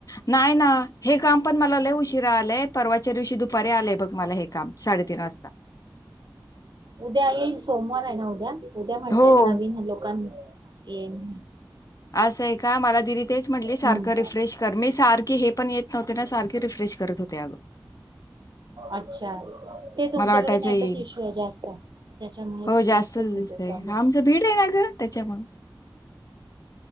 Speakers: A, on the left (about 45°); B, on the right (about 65°).
A: नाही ना हे काम पण मला लय उशिरा आलाय परवाच्या दिवशी दुपारी आलंय बघ मला हे. काम साडेतीन वाजता.
B: उद्या येईन सोमवार आहे ना उ द्या उद्या म्हटलेत
A: हो
B: नवीन लोकां येईन.
A: असं आहे का मला दीदी तेच म्हटली सारखं
B: हम्म
A: रिफ्रेश कर मी सारखी हे पण येत नव्हतं. त्यांना सारखे रिफ्रेश करत होते अगं
B: अच्छा ते तुमच्याकडे
A: मला वाटायचं
B: नेटच
A: येईल
B: इश्यू आहे जास्त. त्याच्यामुळेच
A: हो जास्तच
B: होतोय
A: दिसतंय
B: प्रॉब्लेम
A: आमच भीड आहे ना ग त्याच्यामुळं.